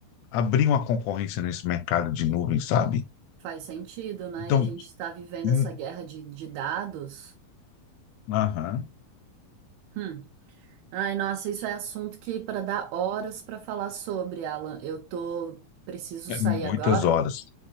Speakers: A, on the left (about 75°); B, on the right (about 85°).
A: Abrir uma concorrência nesse mercado de nuvem, sabe?
B: Faz sentido, né?
A: Então,
B: E a gente está vivendo
A: hum,
B: essa guerra de, de dados.
A: aham,
B: Hum. Ai, nossa, isso é assunto que para dar horas para falar sobre, Alan. Eu tô preciso
A: é
B: sair
A: muitas
B: agora.
A: horas.